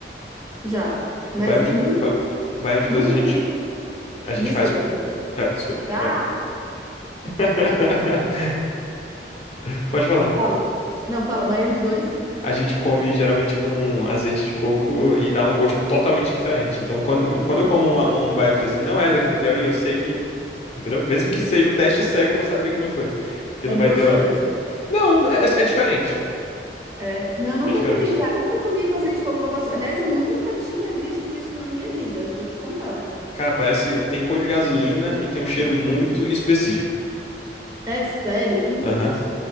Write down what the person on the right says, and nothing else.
Já,
mas
nunca,
nunca
vi.
Desculpa.
n-
Ah,
fala. Não, fala, baião de dois.
É
broxante.
É, não, eu nunca
comi, tá? Nunca comi com azeite de coco babaçu. Aliás, eu nunca tinha visto isso na minha vida, vou te contar.
É sério? Eu nunca
vi isso.